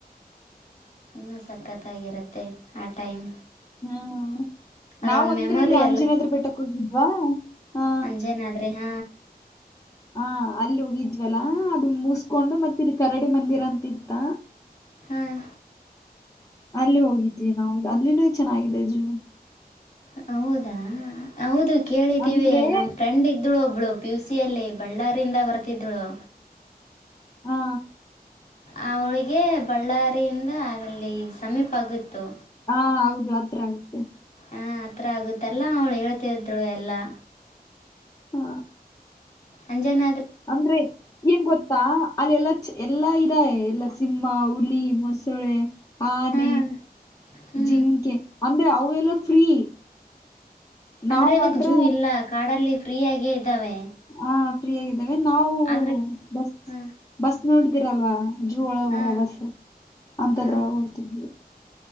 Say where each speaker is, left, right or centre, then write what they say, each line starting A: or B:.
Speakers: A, on the left (about 45°); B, on the left (about 20°).
A: ಇನ್ನುೂ ಸಖತ್ತಾಗಿರುತ್ತೆ ಆ ಟೈಮ್
B: ಹ್ಮ್
A: ಅದೊಂದು
B: ನಾವ ಒಂದ್ರಿ
A: ಮೆಮೊರಿ
B: ಇಲ್ಲಿ ಆಂಜನಾದ್ರ ಬೆಟಕ್ ಹೋಗಿದ್ವಾ ಹಾ
A: ಅಂಜೇನಾದ್ರಿ ಹಾ
B: ಹಾ ಅಲ್ಲಿ ಹೋಗಿದ್ವಲ್ಲಾ ಅದು ಮುಸ್ಕೊಂಡು ಮತ್ತ ಇಲ್ಲಿ ಕರಡಿ ಮಂದಿರ ಅಂತ ಇತ್ತ
A: ಹಾಂ
B: ಅಲ್ಲಿ ಹೋಗಿದ್ವಿ ನಾವು ಅಲ ಚೆನ್ನಾಗಿದೆ ಅಜು
A: ಹೌದಾ ಹೌದು ಕೇಳಿದ್ದೀವಿ
B: ಅಂದ್ರೆ
A: ನಮ್ ಫ್ರೆಂಡ ಇದಳು ಒಬ್ಳು ಪಿುಸಿಯಲ್ಲಿ ಬಳ್ಳಾರಿಂದ ಬರ್ತಿದಳು
B: ಹಾ
A: ಆ ಹಳಿಗೆ ಬಳ್ಳಾರಿಯಿಂದ ಅಲ್ಲಿ ಸಮೀಪ ಆಗತ್ತು
B: ಹಾ ಹೌದು ಆತ್ರ ಆಗತ್ತೆ
A: ಹ ಆತ್ರ ಆಗುತ್ತಲ್ಲ ಅವಳು ಹೇಳ್ತಿದ್ಳು ಎಲ್ಲಾ
B: ಹಾ
A: ಅಂಜಾನ
B: ಅಂದ್ರೆ ಏನ್ ಗೊತ್ತಾ ಅಲ್ಲ ಎಲ್ಲ ಎಲ್ಲಾ ಇದಾರೆ ಎಲ್ಲ ಸಿಂಹ ಹುಲಿ ಮೊಸಳೆ ಆನೆ
A: ಹಾಂ ಹ್ಞೂ
B: ಜಿಂಕೆ ಅಂದ್ರೆ ಅವ ಎಲ್ಲ ಫ್ರೀ
A: ಅಂದ್ರೆ
B: ನಾವ್
A: ಅದಕ್
B: ಮಾತ್ರ
A: ಜೂ ಇಲ್ಲ ಕಾಡಲ್ಲಿ ಫ್ರೀ ಆಗೇ ಇದ್ದಾವೆ
B: ಆ ಫ್ರೀ ಆಗಿದ್ದಾವೆ ನಾವು
A: ಆದರೆ
B: ಬಸ್
A: ಹಾಂ
B: ಬಸ್ ನೋಡಿದೀರ ಅಲ್ವಾ ಜೂ ಒಳಗ
A: ಹಾಂ
B: ಹೋಗ ಬಸ್ ಅಂತದ್ರೊಳಗೆ
A: ಹಾಂ
B: ಹೋಗ್ತ್ವಿ